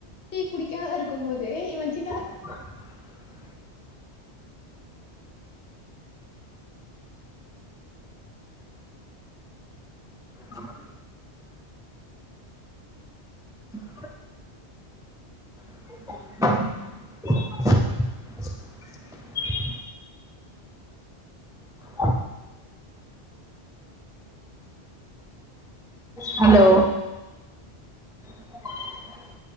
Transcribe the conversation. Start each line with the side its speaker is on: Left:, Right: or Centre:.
Left: டீ குடிக்காது இருக்கு போது இவன் சின்னதா
Centre: <inaudible> ஆமா அ <inaudible> அ ஹலோ <inaudible>